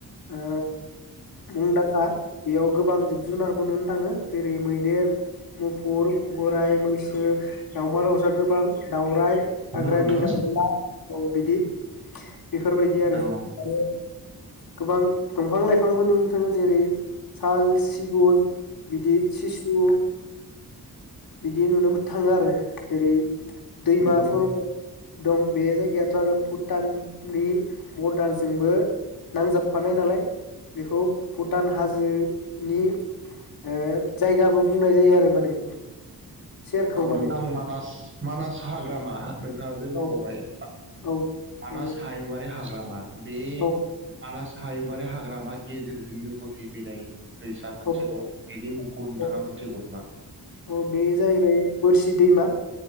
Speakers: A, on the left; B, on the right.
A: ओ मुंदांखा। बेयाव गोबां जिब जुनारफोर नुनो थाङो जेरै मैदेर, मुफुर, गराइ, मैस, ो दावमा दावसा गोबां दावराय हाग्रानि
B: नंगौ नोंथां
A: दाउला दाउ बिदि बेफोरबायदि आरो
B: औ
A: आरो गोबां दंफां लायफांबो नुनो थाङो जेरै साल, सिगुन बिदि सिसु बिदि नुनो थाङो आरो जेरै दैमाफोर
B: नंगौ
A: दं बे जायगायाथ आरो भुटाननि बरडारजोंबो नांजाबफानाय नालाय बेखौ भुटान हाजोनि ओ जायगाबो बुंनाय जायो आरो माने सेरखौ
B: औ
A: माने
B: नोंथां मानास मानास हाग्रामा नोंथाङा जे
A: औ
B: मखबाय
A: औ
B: मानास
A: नंगौ
B: हायुंआरि हाग्रा मा बे
A: औ
B: मानास हायुंङारि हाग्रामा गेजेरजोंनो बोहैबोनाय दैसा मोनसे
A: औ
B: दं बेनि मुंखौ नोंथाङा
A: औ
B: मोनथिगौ नामा?
A: औ बे जाहैबाय बोरसि दैमा